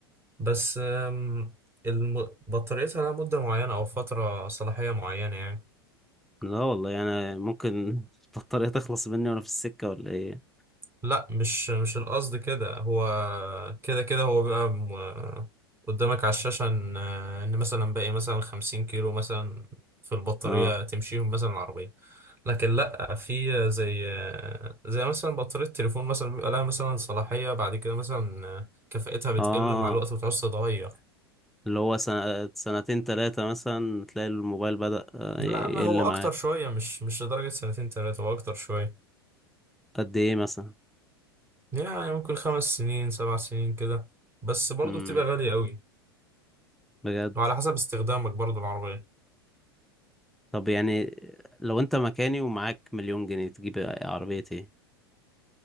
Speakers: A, on the right (about 20°); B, in the centre.
A: بس آم، الم- بطاريتها لها مده معينه او فتره صلاحيه معينه يعني
B: لا والله انا ممكن <laughs> البطارية تخلص مني وانا في السكة ولا ايه
A: لا مش مش القصد كده هو كده كده هو بيبقى م- قدامك على الشاشة إن إن مثلا باقي مثلا خمسين كيلو مثلا في البطارية
B: اه
A: تمشيهم مثلا العربية لكن لأ في زي زي مثلا بطارية التليفون مثلا بيبقى لها مثلا صلاحية بعد كده مثلا كفاءتها بتقل
B: اه
A: مع الوقت وتعوز تتغير
B: اللي هو سنة سنتين تلاتة مثلا تلاقي الموبايل بدأ آه،
A: لا
B: يقل
A: ما هو أكتر
B: معاك
A: شوية مش مش لدرجة سنتين تلاتة هو أكتر شوية
B: قد ايه مثلا
A: يعني ممكن خمس سنين سبع سنين كده بس برضه
B: امم
A: بتبقى غالية أوي
B: بجد
A: وعلى حسب استخدامك برضو العربية
B: طب يعني لو انت مكاني ومعاك مليون جنيه تجيب عربية ايه